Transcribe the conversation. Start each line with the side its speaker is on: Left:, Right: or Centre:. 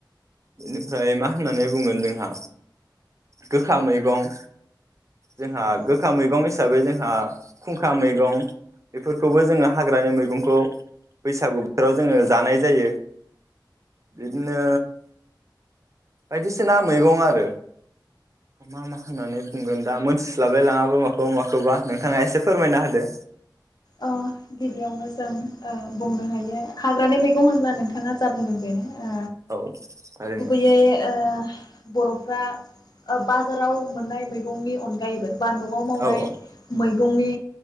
Right: बेनिफ्राय मा होननानै बुंगोन जोंहा गोखा मैगं जोंहा
Left: नंगौ
Right: गोखा मैगं ए साबै जोंहा खुंखा मैगं बेफोरखौबो जोङो हाग्रानि मैगंखौ बैसागु बोथोराव जोङो जानाय जायो बिदिनो बायदिसिना मैगं आरो मा मा होननानै बुंगोन दा मोनथिस्लाबाय लाङाबो माखौबा माखौबा नोंथाङा एसे फोरमायना होदो
Left: ओ गिबियावनो जों ओ बुंनो <unintelligible> हाग्रानि मैगं होनब्ला नोंथाङा जा बुंदों बेनो। ओ
Right: औ थारैनो
Left: गुबैयै ओ बरफ्रा ओ बाजाराव मोननाय मैगंनि अनगायैबो बा नआव मावनाय
Right: औ औ
Left: मैगंनि